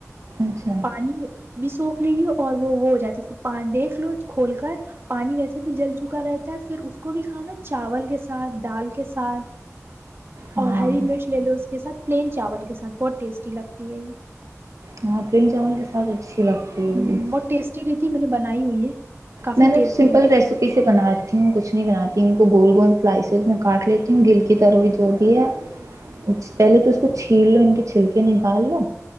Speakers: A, on the right; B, on the right.
A: اچھا
B: پانی بھی سو لی اور وہ وہ ہو جاتی پ دیکھ لو کھول کر پانی ویسے بھی جل چکا رہتا ہے پھر اس کو بھی کھاؤ نا چاول کے ساتھ دال کے ساتھ
A: ہاں
B: اور ہری مرچ لے لو اس کے ساتھ پلین چاول کے ساتھ بہت ٹیسٹی لگتی ہے یہ
A: ہاں پلین چاول کے ساتھ اچھی لگتی ہوگی
B: ہ بہت ٹٹیسٹی ر میں نے بنائی ہوئی ہے کافی
A: میں نے
B: ٹیسٹی
A: سمپل ریسیپی سے بناتی ہوں کچھ نہیں بناتی گول گول سلائسیز میں کاٹ لیتی ہوں گل کی تروئی جو بھی ہے پہلے تو اس کو چھین لو ان کے چھلکے نکال لو